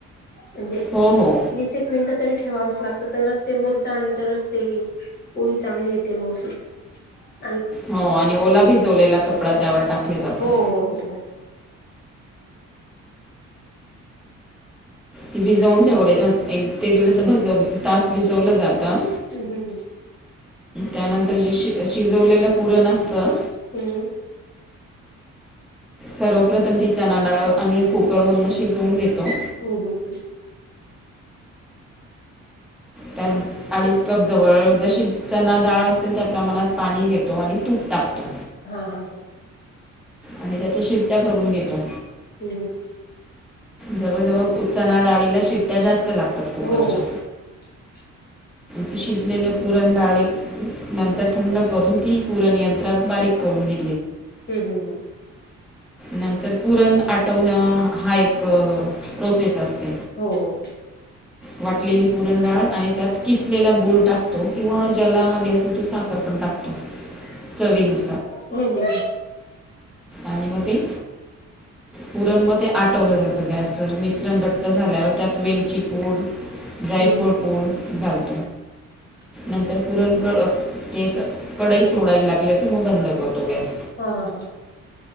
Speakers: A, on the left; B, in the centre.
A: म्हणजे
B: हो हो
A: वीस एक मिनिटं तरी ठेवावीस लागत तरच ते मूरत आणि तरच ते पोळी चांगली येते मऊसुत. <inaudible>
B: हो आणि ओला भिजवलेला कपडा त्यावर टाकले जातात.
A: हो हो हो.
B: ती भिजवून ठेव एक क ते दीड भज तास भिजवलं जातं.
A: हम्म हम्म हम्म.
B: त्यानंतर जे शि अ शिजवलेलं पुरण असतं
A: हम्म हम्म.
B: सर्व प्रथम ती चणा डाळ आम्ही कुकरमधनं शिजवून घेतो.
A: हम्म हम्म हम्म हम्म
B: त्यात अडीच कप जवळ जशी चणा डाळ असेल त्या प्रमाणात पाणी घेत तो आणि तूप टाकतो
A: हा हा हा
B: आणि त्याच्या शिट्टया करून घेतो
A: हम्म हम्म.
B: जवळजवळ उ चणा डाळीला शिट्टया जास्त लागतात कुकरच्या.
A: हो हो <inaudible>
B: ते शिजलेले पुरण डाळी नंतर थंड करून ती पुरण यंत्रात बारीक करून घे
A: हम्म हम्म हम्म.
B: नंतर पुरण आटवणं हा एक प्रोसेस असते.
A: हो हो.
B: वाटलेली पुरणडाळ आणि त्यात किसलेला गुळ टाकतो किंवा ज्याला हवी असेल तो साखर प टाकतो चवी नु
A: हम्म हम्म हम्म.
B: आणि म ते पुरण म ते आटवलं जातं गॅसवर मिश्रण त झाल्यावर त्यात वेलची पूड जायफळ
A: हम्म
B: पूड घालत
A: <inaudible>
B: नंतर पुरण क अ केसं कडई सोडायला लागलं की म बंद करतो गॅस.
A: हा हा.